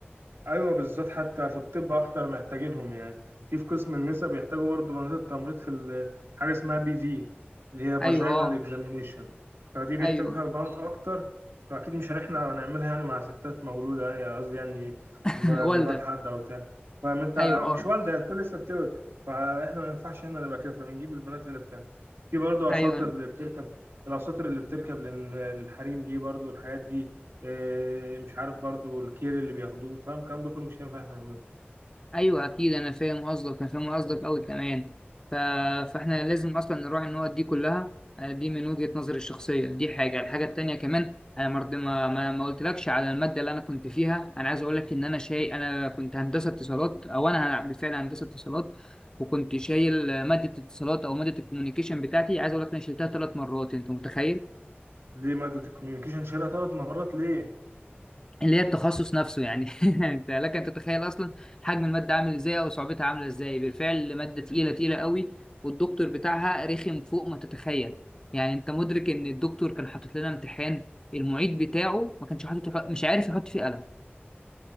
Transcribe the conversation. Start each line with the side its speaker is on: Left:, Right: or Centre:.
Right: ايوه بالذات حتى في الطب اكتر محتاجينهم يعني في في قسم النساء بيحتاجوا برضه بنات التمريض في ال- حاجه اسمها بي في اللي هي فاجينال
Left: ايوه اه
Right: اكزامينيشن فدي بيحتاجوا
Left: ايوه
Right: فيها البنات اكتر فاكيد مش هنحنا هنعملها يعني مع ستات مولوده يعني قصدي يعني
Left: <laughs>
Right: م-
Left: والده
Right: مرات حد او بتاع فاهم انت
Left: ايوه
Right: مش
Left: اه
Right: والده الكل لسه بتولد فاحنا ما ينفعش احنا نبقى كده فبنجيب البنات هي اللي بتعمل في برضه
Left: ايوه
Right: اساطر اللي بتركب الاساطر اللي بتركب لل- للحريم دي برضه والحاجات دي إيه، مش عارف برضو الكير اللي بياخدوه فاهم الكلام ده كله مش هينفع احنا نعمله
Left: ايوه اكيد انا فاهم قصدك انا فاهم قصدك قوي كمان ف... فاحنا لازم اصلا نراعي النقط دي كلها آه، دي من وجهة نظري الشخصيه دي حاجه الحاجه التانيه كمان انا مرض ما ما, ما قلتلكش على الماده اللي انا كنت فيها انا عايز اقول لك ان انا شايل انا كنت هندسه اتصالات او انا ه- بالفعل هندسه اتصالات وكنت شايل آه، ماده الاتصالات او ماده الكوميونيكيشن بتاعتي عايز اقول لك انا شلتها ثلاث مرات انت متخيل
Right: ليه مادة الكوميونيكيشن شالها ثلاث مرات ليه؟
Left: اللي هي التخصص نفسه يعني <laughs> انت لك ان تتخيل اصلا حجم الماده عامل ازاي او صعوبتها عامله ازاي بالفعل ماده تقيله تقيله قوي والدكتور بتاعها رخم فوق ما تتخيل يعني انت مدرك ان الدكتور كان حاطط لنا امتحان المعيد بتاعه ما كانش حاطط مش عارف يحط فيه قلم